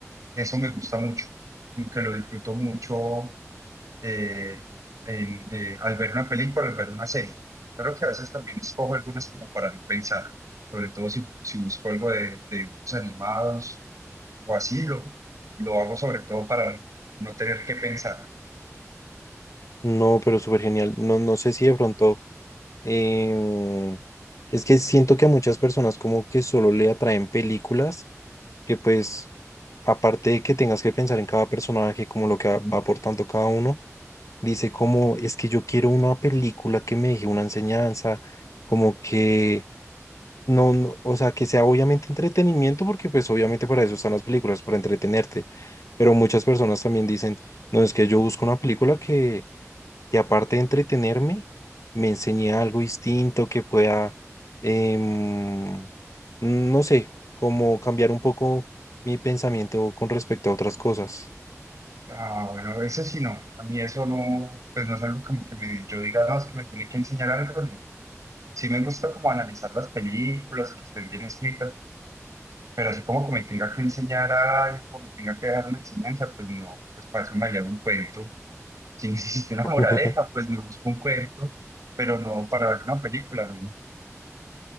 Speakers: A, on the right; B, on the left.
A: eso me gusta mucho, como que lo disfruto mucho eh, en, eh, al ver una película, al ver una serie. Claro que a veces también escojo algunas como para no pensar, sobre todo si, si busco algo de, de dibujos animados o así, lo, lo hago sobre todo para no tener que pensar.
B: No, pero súper genial. No, no sé si de pronto... em, es que siento que a muchas personas como que solo le atraen películas que pues, aparte de que tengas que pensar en cada personaje, como lo que va va aportando cada uno, dice como, es que yo quiero una película que me deje una enseñanza, como que... No, no, o sea, que sea obviamente entretenimiento, porque pues obviamente para eso están las películas, para entretenerte. Pero muchas personas también dicen, no, es que yo busco una película que que aparte de entretenerme, me enseñe algo distinto que pueda, em, no sé, como cambiar un poco mi pensamiento con respecto a otras cosas.
A: Ah, bueno, a veces sí no. A mí eso no, pues no es algo como que me, yo diga, no, es que me tiene que enseñar algo, no. Sí me gusta como analizar las películas y que estén bien escritas, pero así como que me tenga que enseñar algo, me tenga que dejar una enseñanza, pues no, pues para eso me leo un cuento. Si necesito una moraleja,
B: <laughs>
A: pues me busco un cuento, pero no para ver una película, ¿no?